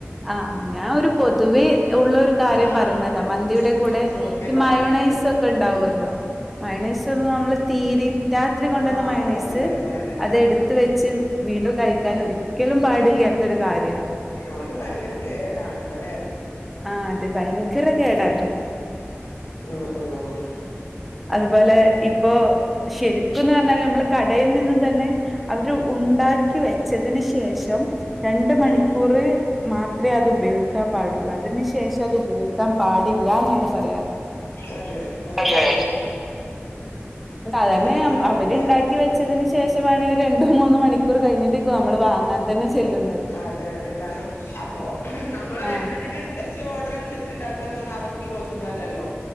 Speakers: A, in the centre; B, on the left.
A: ആഹ് ഞാൻ ഒരു പൊതുവെ ഉള്ള ഒരു കാര്യം
B: ആഹ്
A: പറഞ്ഞതാ
B: ആഹ് അതെ
A: മന്തിയുടെ കൂടെ
B: ഓക്കെ
A: ഈ
B: പറയുന്നാല്
A: മയോണൈസ് ഒക്കെ ഉണ്ടാവല്ലോ മൈണൈസ് ഒന്നും നമ്മള് തീരെ രാത്രി കൊണ്ടുവന്ന
B: ആഹ്
A: മൈണൈസ്
B: അത് പറ്റില്ലാന്ന് പറയുന്നേക്കാം
A: അതെടു ത്ത് വെച്ച് വീണ്ടും കഴിക്കാന് ഒരിക്കലും പാടില്ലാത്തൊരു കാര്യ
B: ആഹ് അത് ഭയങ്കര കേടാണ് എന്താലേ
A: ആഹ് അതെ ഭയങ്കര കേടാണ്
B: ഉം ഉം
A: അതുപോലെ ഇപ്പോ ശരിക്കന്ന് പറഞ്ഞാ നമ്മള് കടയിൽ നിന്ന തന്നെ അവര് ഉണ്ടാക് ക്കി വെച്ചതിന് ശേഷം രണ്ട് മണിക്കൂർ
B: ഉം
A: മാത്ര അത് ഉപയോഗിക്കാൻ പാടുള്ളൂ അതിന് ശേഷം അത് ഉപയോഗിക്കാൻ പാടില്ല എന്നാണ് പറയാ
B: അതെ ഓ
A: അതെ
B: ഓ
A: സാധന്നെ
B: അങ്ങനെ ഉണ്ടാവൂല്ലേ
A: അവരുണ്ടാക് വെച്ചതിന് ശേഷമാണ് ഒരു രണ്ടോ മൂന്ന് മണിക്കൂർ കഴിഞ്ഞിട്ടേക്ക് നമ്മൾ വാങ്ങാൻ തമ ചെല്ലു
B: അതെ അതെ കാരണം അപ്പൊ നമ്മൾ
A: ആഹ്
B: വരുന്നതിനനുസരിച്ച് ഓഡർനുസരിച് ഉണ്ടക്കാ പറഞ്ഞ അവർക്ക പോസിബിൾ അല്ലോ